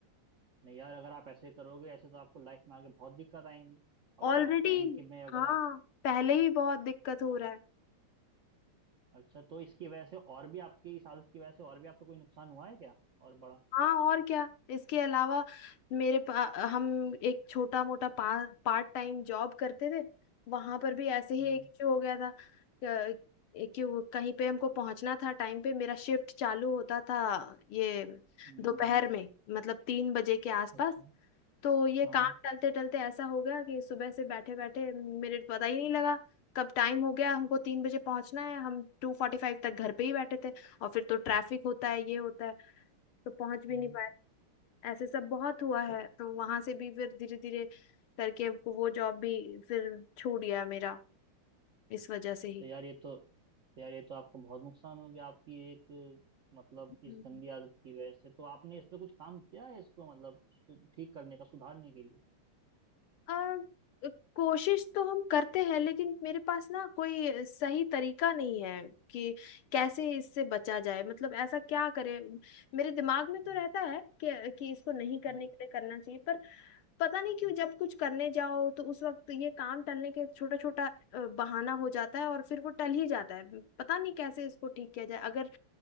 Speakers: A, on the right; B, on the left.
A: नहीं यार अगर आप ऐसे करोगे ऐसे तो आपको लाइफ में आगे बहुत दिक्कत आएंगी अगर
B: रहा ऑलरेडी
A: आप बैंक के में अगर
B: हाँ
A: आप
B: पहले
A: हम्म,
B: ही बहुत दिक्कत हो
A: हाँ
B: रहा है
A: अच्छा तो इसकी वजह से और भी आपकी इस आदत की वजह से और भी आपको कोई नुकसान हुआ है क्या और बड़ा
B: हाँ और क्या इसके अलावा मेरे पा, हम एक छोटा मोटा पा, पार्ट टाइम जॉब करते थे वहां पर भी ऐसे ही
A: हम्म
B: एक इशू हो गया था क- कि वो कहीं पे हमको पहुंचना था टाइम पे मेरा शिफ्ट चालू होता था ये
A: हम्म
B: दोपहर में मतलब तीन बजे के आसपास
A: अच्छा
B: तो ये
A: हाँ
B: काम टलते टलते ऐसा हो गया कि सुबह से बैठे बैठे मिनट पता ही नहीं लगा कब टाइम हो गया हमको तीन बजे पहुंचना है हम टू फोर्टी फाइव तक घर पे ही बैठे थे और फिर तो ट्रैफिक होता है ये होता है तो पहुंच भी
A: हम्म
B: नहीं पाए ऐसे सब बहुत हुआ है
A: तो
B: तो वहां से भी फिर धीरे धीरे करके वो जॉब भी फिर छूट गया मेरा इस वजह से ही
A: तो यार ये तो तो यार ये तो आपको बहुत नुकसान हो गया आपकी एक मतलब
B: हम्म।
A: इस गंदी आदत की वजह से तो आपने इस पे कुछ काम किया है इसको मतलब सु- ठीक करने का सुधारने के लिए
B: आ, कोशिश तो हम करते हैं लेकिन मेरे पास ना कोई सही तरीका नहीं है कि कैसे इससे बचा जाए मतलब ऐसा क्या करे मेरे दिमाग में तो
A: हम्म
B: रहता है कि कि इसको नहीं करने
A: हम्म
B: के लिए करना चाहिए पर पता नहीं क्यों
A: हम्म,
B: जब कुछ करने जाओ तो उस वक्त ये काम टलने के छोटा छोटा बहाना हो जाता है और फिर वो टल ही जाता है पता नहीं कैसे इसको ठीक किया जाए अगर